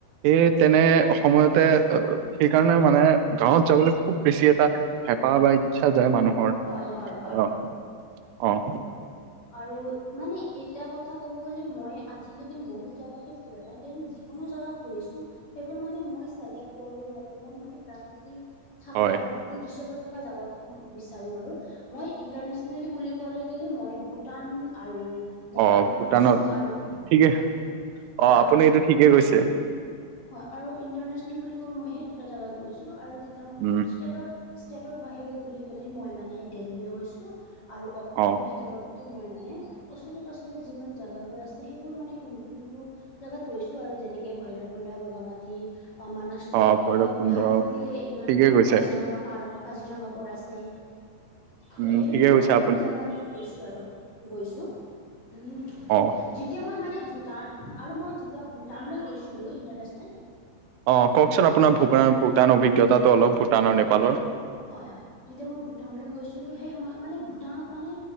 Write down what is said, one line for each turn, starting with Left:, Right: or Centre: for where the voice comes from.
Left: হয়
Right: এই তেনে সময়তে সেইকাৰণে মানে গাঁৱত যাবলৈ খুব বেছি এটা হেঁপাহ বা ইচ্ছা যায় মানুহৰ
Left: হয় হয় হয় হয়
Right: আহ, অ'।
Left: আৰু মানে এটা কথা ক'ব গ'লে মই আজিলৈকে বহুত জাগগাতো ফুৰা নাই যিকোনো জাগগা ফুৰিছো সেইবোৰ মানে মই চ ম মই মানে প্ৰাকৃতি থ
Right: হয়
Left: প্ৰীতি দৃশ্য থকা জাগাতে বিচাৰো বাৰু মই ইন্টাৰনেচনেলি বুলি কলে মই ব টান আৰু নেপাললৈ
Right: অ ভূটানত
Left: গৈছো আৰু
Right: ঠিকে
Left: হয়
Right: অ
Left: আৰু
Right: আপুনি এইটো ঠিকে কৈছে
Left: হয় আৰু ইন্টাৰনেচনেল বুলি ক মই সেই দুটা জেগাত গৈছো, আৰু যেতিয়া মই
Right: উম
Left: ষ্টেটত ষ্টেটৰ বাহিৰত বুলি ক'লে মই মানে দেল্হীলৈ গৈছো, আৰু অসমৰ
Right: অ
Left: ভিতৰত তো মই মানে, ওচৰে পাছৰে যিমান জোগাবোৰ আছে সেইবোৰ মানে কোনটো-কোনটো জাগাত গৈছো আৰু যেনেকে ভৈৰকুন্দা, বগামাটি, আ, মানস চৌকী
Right: অ ভৈৰৱকুণ্ড
Left: বা গুৱাহাটীতে ইমান
Right: ঠিকে
Left: মানে
Right: কৈছে
Left: কাজিৰঙা পাৰ, কাজিৰঙাবোৰ আছে। হয়,
Right: উম
Left: এইবোৰ
Right: ঠিকে
Left: ব,
Right: কৈছে আপুনি
Left: এইবোৰ জাগাত মই কৈছো আৰু, গৈছো, উম।
Right: অ'।
Left: যেতিয়া মই মানে ভূটা আৰু মই যেতিয়া ভূটানলৈ গৈছিলোঁ, ইণ্টাৰনেশ্যনেল।
Right: অ, কওকচোন আপোনাৰ ভূপ এ-ভূটান অভিজ্ঞতাটো অলপ ভূটান আৰু নেপালৰ।
Left: হয়-হয়, যেতিয়া মই ভূটানলৈ গৈছিলোঁ সেই সময়ত মানে ভূটানত মানে